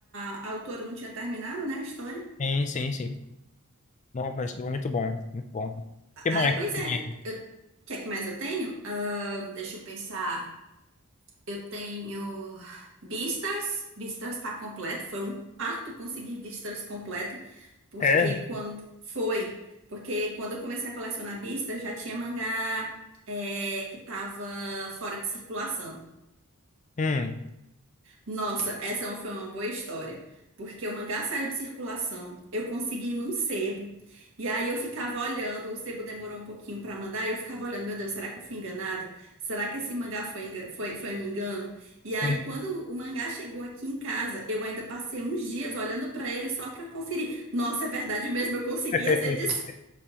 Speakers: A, on the right; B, on the left.
A: a- a autora não tinha terminado, né, a história.
B: Sim, sim, sim. Nossa, mas foi muito bom, muito bom. O
A: A-
B: que mais?
A: Aí,
B: que
A: pois é,
B: tem aqui?
A: eu, o que é que mais eu tenho? Ahn, deixa eu pensar. Eu tenho Beastars. Beastars tá completo. Foi um parto conseguir Beastars completo, porque
B: É?
A: quando foi, porque quando eu comecei a colecionar Beastars já tinha mangá é, que tava fora de circulação.
B: Hum.
A: Nossa, essa é uma- foi uma boa história, porque o mangá saiu de circulação, eu consegui ir num sebo, e aí eu ficava olhando, o sebo demorou um pouquinho pra mandar, e eu ficava olhando, meu Deus, será que eu fui enganada? Será que esse mangá foi, enga- foi, foi um engano? E aí,
B: hum.
A: quando o mangá chegou aqui em casa, eu ainda passei uns dias olhando pra ele só pra conferir. Nossa, é verdade mesmo, eu consegui
B: <laughs>
A: essa edição.